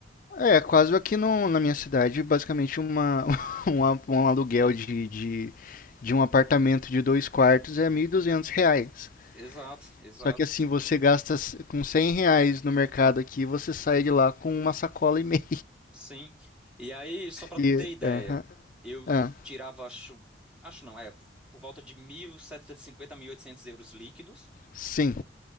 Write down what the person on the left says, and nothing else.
É, quase aqui no, na minha cidade, basicamente uma, <laughs> um, a- um aluguel de, de, de um apartamento de dois quartos é 1.200 reais.
Só que assim, você gasta s- com 100 reais no mercado aqui, você sai de lá com uma sacola e meia.
E,
aham,
ah,
sim,